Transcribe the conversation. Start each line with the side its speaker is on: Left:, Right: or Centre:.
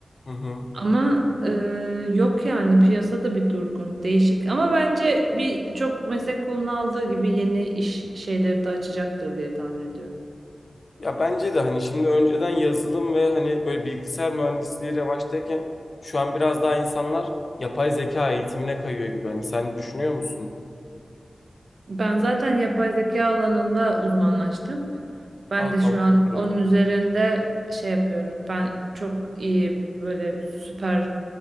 Left: Hı hı.
Right: Ama e, yok yani piyasada bir durgun değişik ama bence bir çok meslek kolunu aldığı gibi yeni iş şeyleri de açacaktır diye tahmin ediyorum.
Left: Ya bence de hani şimdi önceden yazılım ve hani böyle bilgisayar mühendisliği revaçtayken şu an biraz daha insanlar yapay zeka eğitimine kayıyor gibi. Hani sen düşünüyor musun?
Right: Ben zaten yapay zeka alanında uzmanlaştım. Ben
Left: Aa
Right: de
Left: tamam
Right: şu an
Left: süper
Right: onun
Left: o zaman.
Right: üzerinde şey yapıyorum. Ben çok iyi böyle süper